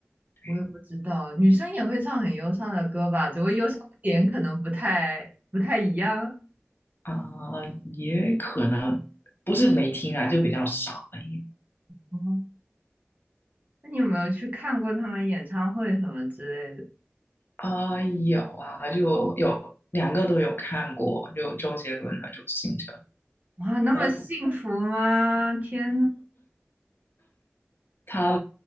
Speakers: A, on the left (about 55°); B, on the right (about 40°).
A: 对
B: 我也不知道，女生也会唱很忧伤的歌吧，只不过忧伤点可能不太不太一样。
A: 啊、呃也可能不是没听啊，就比较少而已。
B: 哦，那你有没有去看过他们演唱会什么之类的？
A: 啊，呃有啊，就有两个都有看过，就周杰伦和周兴哲。
B: 哇，那么幸福吗？
A: 然后
B: 天呐，
A: 他